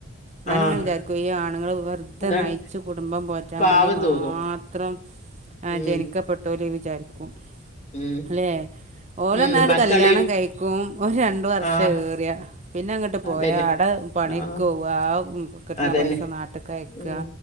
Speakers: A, on the right (about 30°); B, on the left (about 30°).
A: ഞാനിങ്ങനെ
B: ആഹ്
A: വിചാരിക്കും ഈ ആണ്ങ്ങള് വെറ്തെ
B: അതാണ്
A: നയിച്ചു കുടുംബം പോ <inaudible> വണ്ടി
B: പാവം
A: മാത്രം
B: തോന്നും
A: അജനിക്കപ്പെട്ട
B: ഉം
A: ല് വിചാരിക്കും.
B: ഉം
A: ലേ.. ഓലോന്നണ്ട്കല്യാണം
B: ഉം മക്കളെയും
A: കഴിക്കും ഒരു രണ്ട് വർഷം
B: ആഹ്
A: ഏറിയാ പിന്നെ അങ്ങോട്ട് പോയ
B: അതന്നെ
A: അട പണിക്ക്വവാ
B: ആഹ്
A: വും കിട്ണപൈസ
B: അതന്നെ
A: നാട്ട് കയക്കാ.
B: ഉം